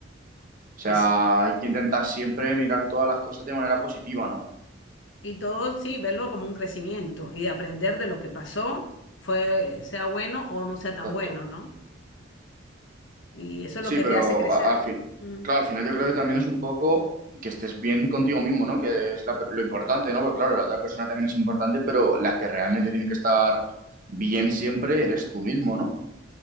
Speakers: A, on the right (about 45°); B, on the left (about 75°).
A: O sea,
B: Y sí,
A: hay que intentar siempre mirar todas las cosas de manera positiva, ¿no?
B: y todo, sí, verlo como un crecimiento y de aprender de lo que pasó, fue, sea bueno o no sea tan
A: Exacto.
B: bueno, ¿no? Y eso
A: Sí,
B: es lo que
A: pero
B: te hace crecer.
A: a- al fin,
B: Mm.
A: claro, al final yo creo que también es un poco que estés bien contigo mismo, ¿no? Que es la pe- lo importante, ¿no? Porque claro, la otra persona también es importante, pero la que realmente tiene que estar bien siempre eres tú mismo, ¿no?